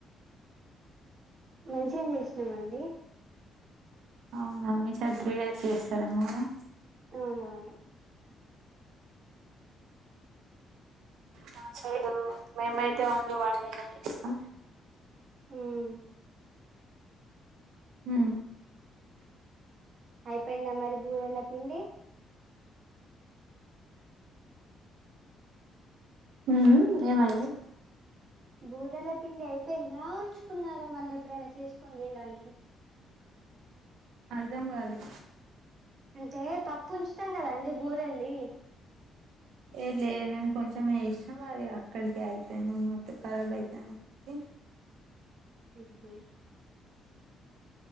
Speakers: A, on the right; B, on the right.
A: మంచిగనే చేసినమండి
B: అవున మీ సైడ్ త్రి డేస్ చేస్తారేమో గదా
A: అవునవును
B: మా సైడు మేమైతే ఓన్లీ వన్ డే నే చేస్తాం
A: ఉమ్
B: ఉ
A: అయిపోయిందా మరి బూరేలా పిండి
B: హ ఏమయింది
A: బూరెల పిండి అయిపోయిందా ఉంచుకున్నార మళ్ళ ఎప్పుడైనా చేసుకుని తినడానికి
B: అర్ధం కాలే
A: అంటే పప్పు ఉంచుతాం కదా అండి బూరెలుది
B: ఏ లేదు మేము కొంచెం చేసి మాది అక్కడికే అయిపెంది అన్న ఖరాబ్ అయి తే
A: ఉ హా